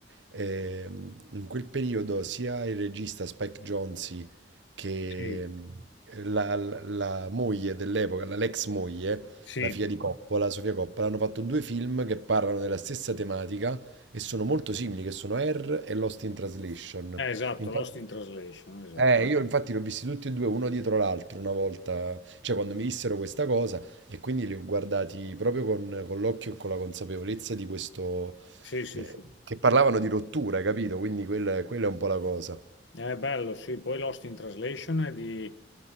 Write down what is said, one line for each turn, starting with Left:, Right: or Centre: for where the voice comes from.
Right: ehm, in quel periodo sia il regista Spike Jonze che
Left: Sì,
Right: ehm, la, la moglie dell'epoca, la l'ex moglie,
Left: sì,
Right: la figlia di Coppola, Sofia Coppola, hanno fatto due film che parlano della stessa tematica e sono molto simili, che sono Air e Lost in Translation.
Left: Eh, esatto,
Right: Infatti-
Left: Lost in Translation, esatto.
Right: eh, io infatti li ho visti tutti e due uno dietro l'altro una volta, cioè quando mi dissero questa cosa e quindi li ho guardati proprio con, con l'occhio e con la consapevolezza di questo,
Left: Sì, sì,
Right: eh,
Left: sì.
Right: che parlavano di rottura, capito? Quindi quella, quella è un po' la cosa.
Left: È bello, sì. Poi Lost in Translation è di,